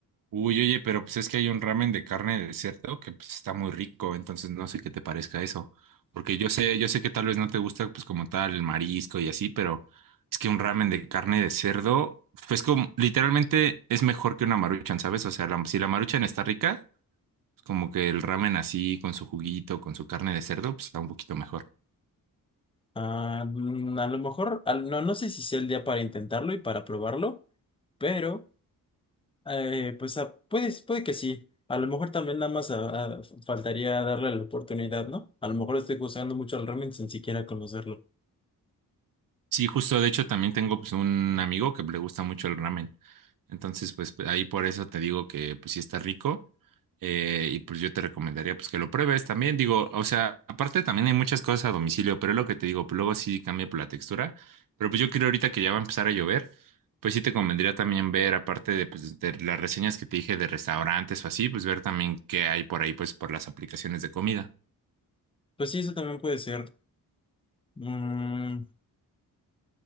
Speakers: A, on the right; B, on the left.
A: Uy, oye, pero pues es que hay un ramen de carne de cerdo que pues está muy rico, entonces no sé qué te parezca eso, porque yo sé, yo sé que tal vez no te gusta pues como tal el marisco y así, pero es que un ramen de carne de cerdo pues como literalmente es mejor que una maruchan, ¿sabes? O sea, la- si la maruchan está rica, pues, como que el ramen así con su juguito, con su carne de cerdo, pues está un poquito mejor.
B: Ah, mm, a lo mejor, al- no, no sé si sea el día para intentarlo y para probarlo, pero... Eh, pues ah, puede, puede que sí. A lo mejor también nada más ah, ah, faltaría darle la oportunidad, ¿no? A lo mejor estoy juzgando mucho al ramen sin siquiera conocerlo.
A: Sí, justo, de hecho también tengo pues un amigo que le gusta mucho el ramen. Entonces, pues pues, ahí por eso te digo que pues sí está rico. eh, y pues yo te recomendaría pues que lo pruebes también. Digo, o sea, aparte también hay muchas cosas a domicilio, pero es lo que te digo, pues luego sí cambia por la textura. Pero pues yo creo ahorita que ya va a empezar a llover, pues sí te convendría también ver, aparte de, pues, de las reseñas que te dije de restaurantes o así, pues ver también qué hay por ahí, pues por las aplicaciones de comida.
B: Pues sí, eso también puede ser. Mm,